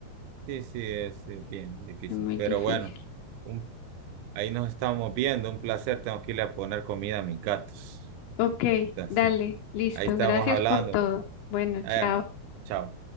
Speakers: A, on the right (about 90°); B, on the left (about 80°).
A: Sí, sí, es eh, bien difícil.
B: es muy
A: Pero
B: difícil.
A: bueno, un- ahí nos estamos viendo. Un placer. Tengo que irle a poner comida a mis gatos.
B: Ok,
A: Entonces,
B: dale, listo.
A: ahí estamos
B: Gracias
A: hablando.
B: por todo. Bueno,
A: Eh,
B: chao.
A: chao.